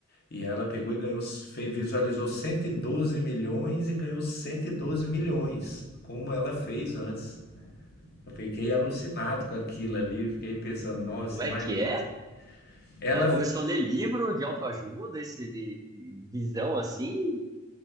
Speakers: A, on the left (about 50°); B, on the right (about 20°).
A: E ela pegou e ganhou, fe- visualizou 112 milhões e ganhou 112 milhões, como ela fez antes. Eu fiquei alucinado com aquilo ali, fiquei pensando, nossa,
B: Como é
A: imagina.
B: que é?
A: Ela
B: Ela começou a ler livro de autoajuda, esse de, de visão assim,